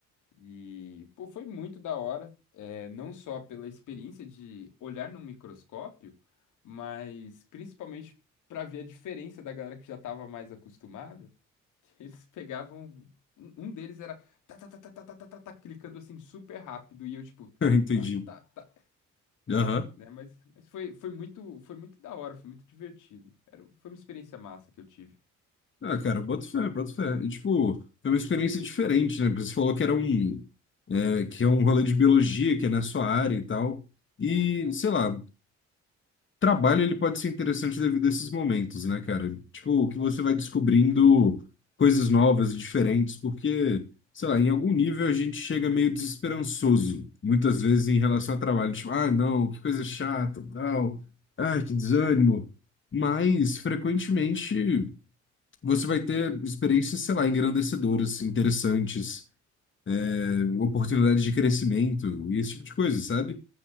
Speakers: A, on the left; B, on the left.
A: E, pô, foi muito da hora, é, não só pela experiência de olhar num microscópio, mas principalmente para ver a diferença da galera que já estava mais acostumada eles pegavam. Um um deles era tá, tá, tá, tá, tá, tá, tá, tá, tá, clicando assim super rápido. E eu, tipo, tá,
B: <laughs> entendi.
A: tá, tá, tá.
B: Aham.
A: Né? Mas, mas foi, foi muito, foi muito da hora, foi muito divertido. Era, foi uma experiência massa que eu tive.
B: Ah, cara, boto fé, boto fé. E, tipo, foi uma experiência diferente, né? Porque Você falou que era um... é, que é um rolê de biologia, que é na sua área e tal. E, sei lá, trabalho ele pode ser interessante devido a esses momentos, né, cara? Tipo, que você vai descobrindo coisas novas, diferentes, porque, sei lá, em algum nível a gente chega meio desesperançoso, muitas vezes em relação ao trabalho. Tipo, ah, não, que coisa chata, tal. Ai, que desânimo. Mas, frequentemente, você vai ter experiências, sei lá, engrandecedoras, interessantes, eh, oportunidades de crescimento e esse tipo de coisa, sabe?